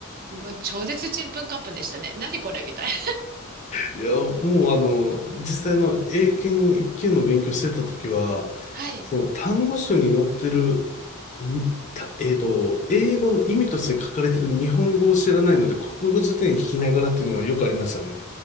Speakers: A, on the right; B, on the left.
A: もう超絶ちんぷんかんぷんでしたね。何これみたいな。
B: いや、もうあの、実際の英検一級の勉強してた時は、
A: はい。
B: その単語書に載ってる、んたえっと、英語の意味として書かれてる日本語を知らないので、国語辞典引きながらっていうのはよくありましたね。